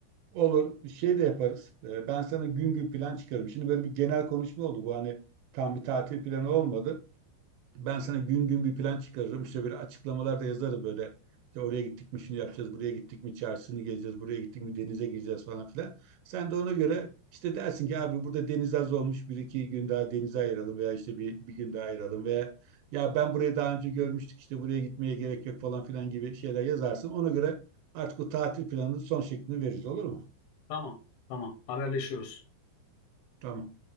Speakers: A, on the right; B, on the left.
A: Olur. Şey de yaparız. E, ben sana gün gün plan çıkarım. Şimdi böyle bir genel konuşma oldu. Bu hani tam bir tatil planı olmadı. Ben sana gün gün bir plan çıkarırım. İşte böyle açıklamalar da yazarım böyle. İşte oraya gittik mi şunu yapacağız, buraya gittik mi çarşısını gezeceğiz, buraya gittik mi denize gireceğiz falan filan. Sen de ona göre işte dersin ki abi burada deniz az olmuş bir iki gün daha denize ayıralım veya işte bir, bir gün daha ayıralım veya ya ben burayı daha önce görmüştük işte buraya gitmeye gerek yok falan filan gibi şeyler yazarsın. Ona göre artık o tatil planının son şeklini veririz olur mu?
B: Tamam. Tamam. Haberleşiyoruz.
A: Tamam.